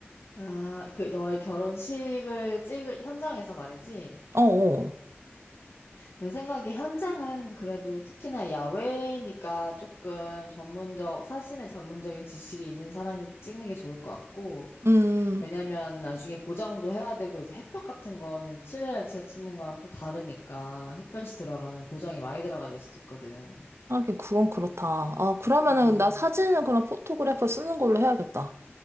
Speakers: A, on the left; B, on the right.
A: 아, 그 너의 결혼식을 찍을 현장에서 말이지.
B: 어어.
A: 내 생각에 현장은 그래도 특히나 야외니까 조금 전문적, 사진에 전문적인 지식이 있는 사람이 찍는 게 좋을 것 같고.
B: 음,
A: 왜냐면 나중에 보정도 해야 되고 이제 햇볕 같은 거는 실내에서 찍는 거랑 또 다르니까 햇볕이 들어가면 보정이 많이 들어가야 될 수도 있거든.
B: 하긴 그건 그렇다. 아, 그러면은
A: 음,
B: 나 사진은 그럼 포토그래퍼 쓰는 걸로 해야겠다.